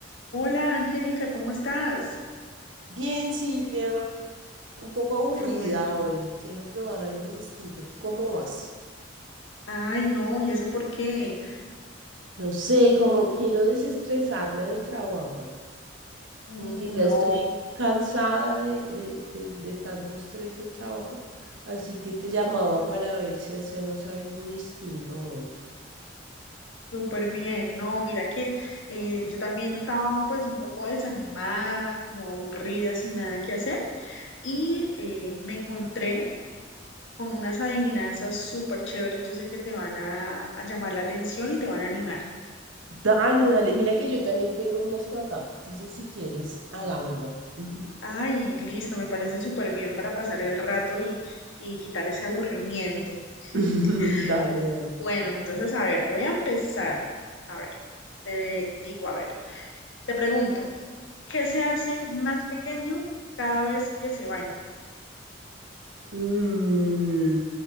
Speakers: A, on the left (about 85°); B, on the right (about 85°).
A: Hola, Angélica, ¿cómo estás?
B: Bien, Silvia, un poco aburrida
A: Qué bueno.
B: hoy. Quiero probar algo distinto. ¿Tú cómo vas?
A: Ay, no, ¿y eso por qué?
B: No sé, como quiero desestresarme del trabajo.
A: Mm,
B: Como que ya
A: No,
B: estoy cansada de, de, de, de tanto estrés del trabajo. Así que te llamaba para ver si hacemos algo distinto hoy.
A: súper bien. No, mira que eh, yo también estaba pues un poco desanimada, como aburrida, sin nada que hacer. Y eh, me encontré con unas adivinanzas súper chéveres. Yo sé que te van a, a llamar la atención y te van a animar.
B: Dale, dale. Mira que yo también tengo unas por acá. Entonces, si quieres, hagámoslo. <laughs>
A: Ay, listo, me parece súper bien para pasar el rato y, y quitar ese aburrimiento.
B: Dale,
A: <laughs>
B: dale.
A: Bueno, entonces, a ver, voy a empezar. A ver, te digo, a ver, te pregunto, ¿qué se hace más pequeño cada vez que se baña?
B: Mm,